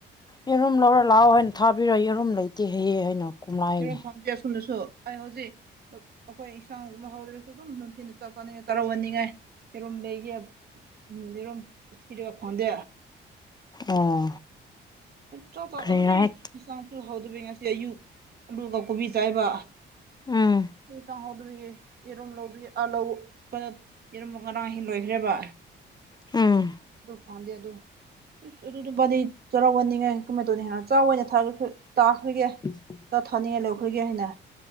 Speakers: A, on the left; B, on the right.
A: ꯌꯦꯔꯨꯝ ꯂꯧꯔ ꯂꯥꯛꯑꯣ ꯍꯥꯏꯅ ꯊꯥꯕꯤꯔ ꯑꯩ ꯌꯦꯔꯨꯝ ꯂꯩꯇꯦ ꯍꯥꯏꯌꯦ ꯍꯥꯏꯅ ꯀꯨꯝꯂꯥꯏꯅꯦ
B: ꯌ‌ꯦꯔꯣꯝ ꯐꯪꯗꯦ ꯑꯁꯣꯝꯗꯁꯨ ꯑꯩ ꯍꯧꯖꯤꯛ ꯑꯩꯈꯣꯏ ꯏꯟꯁꯥꯡ ꯂꯧꯍꯧꯗ꯭ꯔꯁꯨ ꯑꯗꯨꯝ ꯅꯨꯡꯊꯤꯟꯗ ꯆꯥ ꯆꯥꯅꯤꯡꯉꯥꯏ ꯆꯔꯥ ꯋꯥꯟꯅꯤꯡꯉꯥꯏ ꯌꯦꯔꯨꯝ ꯂꯩꯌ‌ꯦ ꯎꯝ ꯌ‌ꯩꯔꯨꯝ ꯄꯤꯔꯛ ꯐꯪꯗꯦ
A: ꯑꯣ
B: ꯆꯥꯛ ꯆ
A: ꯀꯔꯤꯔ
B: ꯑꯗꯨꯗꯤ
A: ꯍꯥꯏ
B: ꯏꯟꯁꯥꯡꯁꯨ ꯂꯧꯍꯧꯗꯕꯩ ꯉꯁꯤ ꯑꯌꯨꯛ ꯑꯂꯨꯒ ꯀꯣꯕꯤ ꯆꯥꯏꯕ
A: ꯎꯝ
B: ꯏꯟꯁꯥꯡ ꯍꯥꯎꯗꯕꯒꯤ ꯌ‌ꯦꯔꯨꯝ ꯂꯧꯕꯤ ꯑꯂꯧ ꯄꯠ ꯌꯦꯔꯨꯝꯃꯨꯛ ꯉꯔꯥꯡ ꯍꯤꯡ ꯂꯣꯏꯈ꯭ꯔꯦꯕ
A: ꯎꯝ
B: ꯗꯨ ꯄꯥꯝꯗꯦ ꯑꯗꯨ ꯏꯁ ꯑꯗꯨꯗꯨꯕꯥꯅꯤ ꯆꯔꯥꯎꯒꯟꯅꯤꯉꯥꯏ ꯀꯃꯥꯏ ꯇꯧꯅꯤ ꯍꯦꯟꯅ ꯆꯥꯛ ꯑꯣꯏꯅ ꯊꯥ ꯇꯥꯈ꯭ꯔꯒꯦ
A: <inaudible>
B: ꯆ ꯊꯥꯅꯤꯡꯉꯥꯏ ꯂꯧꯈ꯭ꯔꯒꯦ ꯍꯥꯏꯅ